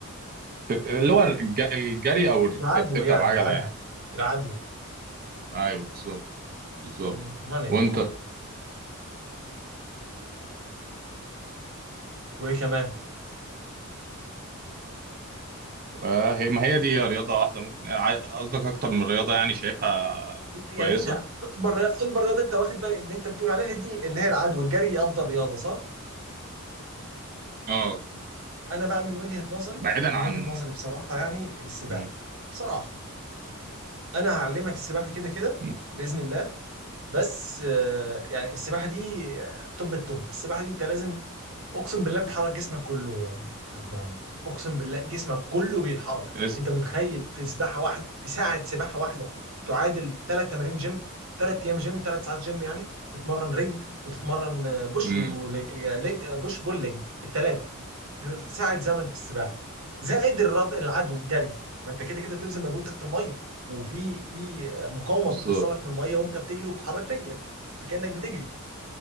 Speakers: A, on the right; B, on the right.
A: اللي هو الج- الجري او انك
B: العدو
A: تركب
B: يعني
A: عجله
B: العدو
A: يعني
B: العدو
A: ايوه بالظبط بالظبط
B: امم رانينج
A: وانت
B: يعني وايه كمان
A: وهي ما هي دي رياضة واحدة ممكن ع- قصدك أكتر من رياضة يعني شايفها
B: يعني
A: كويسة
B: انت اكبر اكبر رياضة انت واخد بالك اللي انت بتقول عليها دي اللي هي العدو الجري دي افضل رياضة صح
A: اه
B: انا بقى من وجهة نظري
A: بعيدا
B: من
A: عن
B: وجهة نظري بصراحة يعني السباحة
A: مم.
B: بصراحة انا هعلمك السباحة كده كده
A: مم.
B: بإذن الله بس آه، يعني السباحه دي توب التوب السباحه دي انت لازم اقسم بالله بتحرك جسمك كله يا ابراهيم اقسم بالله جسمك كله بيتحرك
A: اس
B: انت متخيل في سباحه واحده في ساعه سباحه واحده تعادل ثلاث تمارين جيم ثلاث ايام جيم ثلاث ساعات جيم يعني تتمرن رجل وتتمرن آه، بوش
A: مم.
B: ولج... آه، لج... آه، بوش بول ليج الثلاثه في ساعة زمن في السباحة زائد الرد العدو والجري ما انت كده كده بتبذل مجهود تحت المية وفي في مقاومة
A: بالظبط
B: بتحصل لك من المية وانت بتجري وبتحرك رجلك فكأنك بتجري